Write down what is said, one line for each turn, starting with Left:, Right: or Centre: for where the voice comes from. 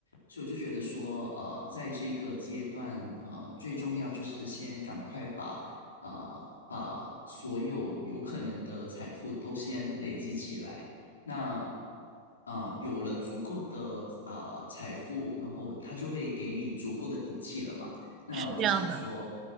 Left: 所以我就觉得说，呃，在这个阶段，呃，最重要就是先赶快把呃把所有有可能的财富都先累积起来。那啊、呃有了足够的啊、呃财富，然后他就会给你足够的底气了嘛。那我就想说，
Right: 是这样的，